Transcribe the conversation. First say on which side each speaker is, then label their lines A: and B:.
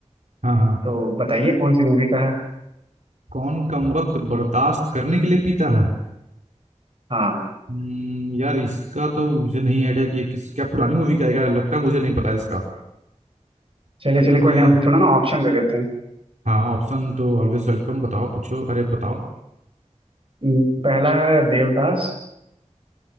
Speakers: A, on the right (about 75°); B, on the right (about 45°).
A: हाँ हाँ
B: तो बताइए कौन सी मूवी का है
A: कौन कमबख्त बर्दाश्त करने के लिए पीता है
B: हाँ
A: हम्म, यार इसका तो मुझे नहीं आइडिया कि ये किस क्या पुरानी मूवी का है क्या लगता है मुझे नहीं पता इसका क्योंकि
B: चलिए चलिए
A: मैंने
B: कोई नहीं हम थोड़ा ना ऑप्शन दे देते हैं
A: हाँ ऑप्शन तो ऑलवेज वेलकम बताओ पूछो अरे बताओ
B: हम्म, पहला है देवदास